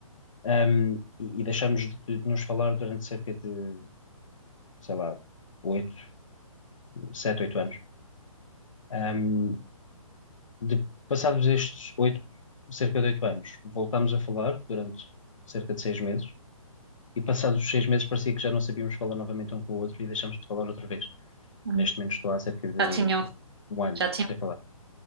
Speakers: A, on the left; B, on the right.
A: Um, e, e deixamos de, de nos falar durante cerca de, sei lá, oito, sete, oito anos. Um, de, passados estes oito, cerca de oito anos, voltámos a falar durante cerca de seis meses. E passados os seis meses parecia que já não sabíamos falar novamente um com o outro e deixámos de falar outra vez.
B: uhum.
A: Neste momento estou há cerca de
B: Já tinham,
A: um ano
B: já tinham,
A: sem falar.